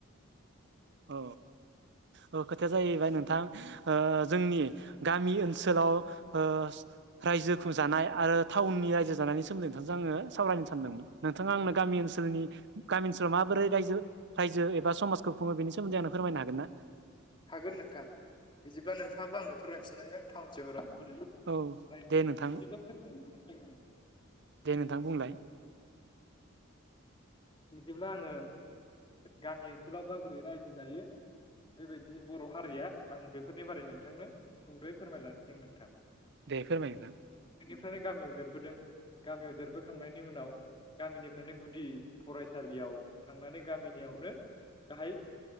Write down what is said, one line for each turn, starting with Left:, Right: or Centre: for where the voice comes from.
Right: औ औ खोथाया जायैबाय नोंथां ओ जोंनि गामि ओनसोलाव ओ रायजोखौ जानाय आरो टाउन नि राइजो जानायनि सोनदै नोंथांजों आङो सावरायनो सानदोंमोन नोंथां आंनो गामि ओनसोलनि गामि ओनसोलाव माबोरै राय जो रायजो एबा समाजखौ खुङो बिनि सोमोन्दै आंनो फोरमायनो हागोन ना?
Left: हागोन नोंथां बिदिब्ला नोंथाङाबो आंनो फोरमायफिननांगोन टाउन सहराव बोरै
Right: औ
Left: रायजो
Right: दे
Left: जायो
Right: नोंथां
Left: एबा सोर
Right: दे नोंथां बुंलाय।
Left: बिदिब्ला आङो गामि ओनसोलाव बा बोरै रायजो जायो। बेबायदि बर' हारिया आं बेफोरनि बारै नोंथांनो सुंद'यै फोरमायलानोसै नोंथां।
Right: दे फोरमाय नोंथां।
Left: जोंनि गामियाव देरबोदों गामियाव देरबोखांनायनि उनाव गामिनिफ्रायनो गुदि फरायसालियाव थांनानै गामिनियावनो गाहाय